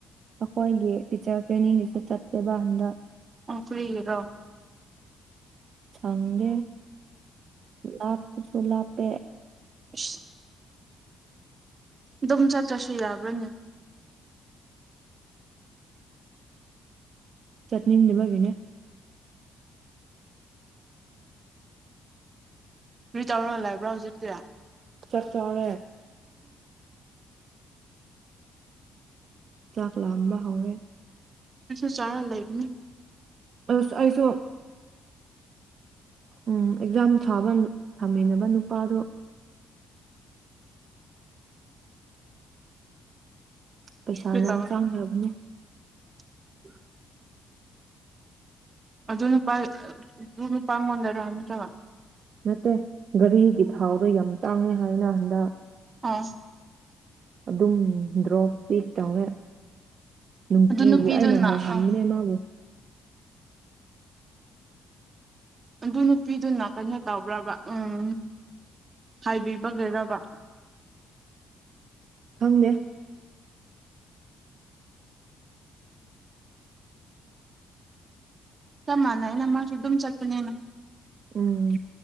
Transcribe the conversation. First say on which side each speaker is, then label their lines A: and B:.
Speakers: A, on the right; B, on the right.
A: ꯑꯩꯈꯣꯏꯒꯤ ꯇꯤꯆꯔ ꯇ꯭ꯔꯦꯅꯤꯡꯗꯨꯁꯨ ꯆꯠꯇꯦꯕ ꯍꯟꯗ
B: ꯑꯣꯈꯔꯤꯔꯣ
A: ꯁꯪ ꯗꯦ ꯂꯄꯁꯨꯨꯂꯄꯦ
B: ꯑꯁ ꯑꯗꯨꯝ ꯆꯠꯇ꯭ꯔꯁꯨ ꯌꯥꯕ꯭ꯔꯅꯦ
A: ꯆꯠꯅꯤꯡꯅꯦꯕꯒꯤꯅꯦ
B: ꯔꯔꯤ ꯇꯧ꯭ꯔꯣꯂ ꯏꯕ꯭ꯔꯥꯣ ꯍꯧꯖꯤꯞꯛꯇꯔꯥ
A: ꯆꯠ ꯆꯥꯎꯥꯅꯦ ꯆꯥꯛ ꯂꯥꯝꯕ ꯍꯧꯔꯦ
B: ꯀꯁꯨ ꯆꯥꯔ ꯂꯩꯒꯅꯤ
A: ꯑꯁ ꯑꯩꯁꯨ ꯎꯝ ꯑꯦꯛꯖꯥꯝ ꯁꯥꯕ ꯊꯝꯃꯤꯟꯅꯕ ꯅꯨꯄꯥꯗꯣ ꯄꯩꯁꯥ
B: ꯀꯔꯤ
A: ꯌꯥꯝ
B: ꯇꯧꯔ
A: ꯆꯥꯡꯈ꯭ꯔꯕꯅꯦ
B: <unintelligible> ꯑꯗꯨ ꯅꯨꯄꯥ ꯑꯗꯨ ꯅꯨꯄꯥꯉꯣꯟꯂꯔꯥ ꯅꯠꯇ꯭ꯔ
A: ꯅꯠꯇꯦ ꯘꯔꯤꯒꯤ ꯊꯥꯎꯗꯣ ꯌꯥꯝ ꯇꯥꯡꯉꯦ ꯍꯥꯏꯅ ꯍꯟꯗꯛ
B: ꯎꯝ
A: ꯑꯗꯨꯝ ꯎ ꯗ꯭ꯔꯣꯞ ꯄꯤ ꯇꯋꯦ ꯅꯨꯡꯇꯤꯒꯤ
B: ꯑꯗꯨ ꯅꯨꯄꯤꯗꯨꯅ
A: ꯑꯩꯅꯪꯥꯏ ꯍꯟꯅꯦ
B: ꯑꯥ
A: ꯃꯥꯕꯨ
B: ꯑꯗꯨ ꯅꯨꯄꯤꯗꯨꯅ ꯀꯩꯅꯣ ꯇꯧꯕ꯭ꯔꯕ ꯎꯝ ꯍꯥꯏꯕꯤꯕꯒꯤꯔꯕ
A: ꯈꯪꯗꯦ
B: ꯀꯃꯥꯟꯅꯅꯃꯁꯨ ꯑꯗꯨꯝ ꯆꯠꯠꯇꯅꯦꯅ
A: ꯎꯝ